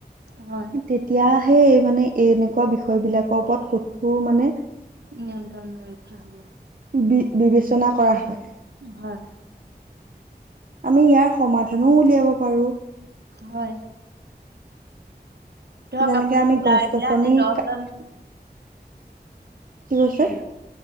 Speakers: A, on the right (about 80°); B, on the right (about 55°).
A: হয়!
B: তেতিয়াহে, এই মানে, এনেকুৱা বিষয় বিলাকৰ ওপৰত কঠোৰ মানে,
A: নিয়ন্ত্ৰণ ৰক্ষা হ'ব
B: বি-বিবেচনা কৰা হয়।
A: হয়।
B: আমি ইয়াৰ সমাধানো উলিয়াব পাৰোঁ।
A: হয়। ধৰক
B: যেনেকে
A: আপুনি
B: আমি
A: ওলাই
B: গছ
A: আহিলে,
B: গছনি
A: আজি দহজন।
B: কি কৈছে
A: হেল্ল'?